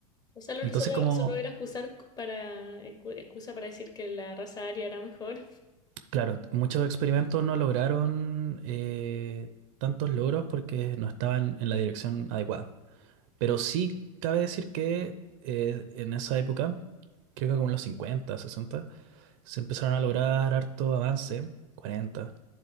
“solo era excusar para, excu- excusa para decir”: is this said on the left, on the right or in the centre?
Left